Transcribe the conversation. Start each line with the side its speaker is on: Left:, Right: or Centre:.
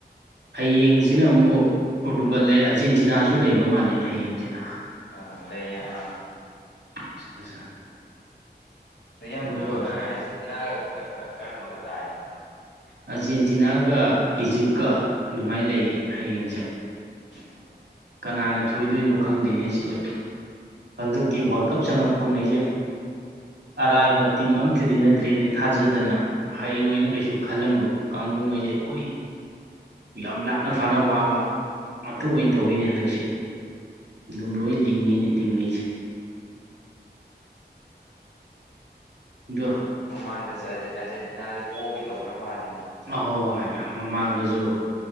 Right: ꯍꯌꯦꯡꯖꯤꯅ ꯑꯃꯨꯛ ꯄꯣꯔꯇꯨꯒꯜ ꯂꯩ ꯑꯥꯔꯖꯦꯟꯇꯤꯅꯥꯖꯨ ꯂꯩꯕ ꯃꯥꯜꯂꯦꯅꯦ ꯍꯌꯦꯡꯖꯤꯅ
Left: ꯑꯥ ꯂꯩꯌꯦ ꯑꯥ
Right: <inaudible>
Left: ꯏꯌꯥꯝꯕ
Right: ꯑꯗꯣ
Left: ꯑꯔꯖꯦꯟꯇꯤꯅꯥꯒ ꯀꯔꯝꯕꯒ ꯇꯥꯔꯦꯅꯣ
Right: ꯑꯔꯖꯦꯟꯇꯤꯅꯥꯒ ꯏꯖꯤꯞꯀ ꯑꯗꯨꯃꯥꯏꯅ ꯂꯩꯌꯦ ꯍꯌꯦꯡꯁꯦ
Left: ꯑꯥ
Right: ꯀꯅꯥꯅ ꯊꯣꯏꯗꯣꯏꯅꯣ ꯈꯪꯗꯦꯅꯦ ꯁꯤꯖꯨ ꯍꯟꯗꯛꯀꯤ ꯋꯥꯔꯜ ꯀꯞ ꯆꯪꯉꯛ ꯄꯨꯡꯉꯩꯁꯦ ꯑꯔꯥꯏꯕ ꯇꯤꯝ ꯑꯝꯇꯗꯤ ꯅꯠꯇ꯭ꯔꯦꯅꯦ ꯊꯥꯖꯗꯅ ꯍꯩꯔꯣꯏꯅ ꯀꯩꯁꯨ ꯈꯜꯂꯝꯕ ꯀꯥꯡꯕꯨꯉꯩꯁꯦ ꯂꯣꯏ ꯌꯥꯝ ꯂꯥꯛꯅ ꯐꯥꯅ ꯋꯥꯕ ꯉꯥꯛꯇ ꯑꯣꯏ ꯇꯧꯋꯤꯅꯦ ꯍꯟꯗꯛꯁꯦ ꯑꯗꯨꯝ
Left: ꯎꯝ
Right: ꯂꯣꯏ ꯂꯤꯡꯉꯤꯅꯦ ꯇꯤꯡꯉꯩꯖꯦ ꯗꫭ
Left: ꯃꯃꯥꯡꯗꯁꯨ ꯑꯥꯔꯖꯦꯟ ꯑꯥꯔꯖꯦꯟꯇꯤꯅꯥꯁꯨ ꯄꯣꯛꯒꯦ ꯇꯧꯕ꯭ꯔꯥ ꯃꯥꯜꯂꯤ
Right: ꯑ ꯍꯣꯏ ꯍꯣꯏ ꯃꯃꯥꯡꯗꯁꯨ